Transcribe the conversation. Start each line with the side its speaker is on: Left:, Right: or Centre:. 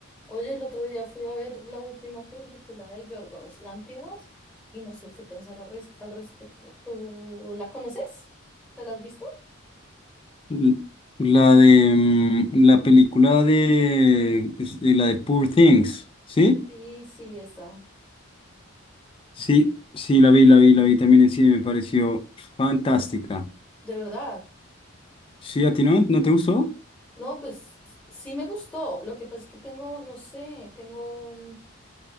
Centre: Oye, el otro día fui a ver la última película de Yorgos Lanthimos y no sé qué pensar al, res- al respecto. ¿Tú la conoces? ¿Te la has visto?
Left: L- La de mm, la película de, es- de la de Poor Things, ¿sí?
Centre: Sí, sí, esa.
Left: Sí, sí, la vi, la vi, la vi también en cine, me pareció fantástica.
Centre: De verdad.
Left: ¿Sí, a ti no? ¿No te gustó?
Centre: No, pues s- sí me gustó. Lo que pasa es que tengo, no sé, tengo mm,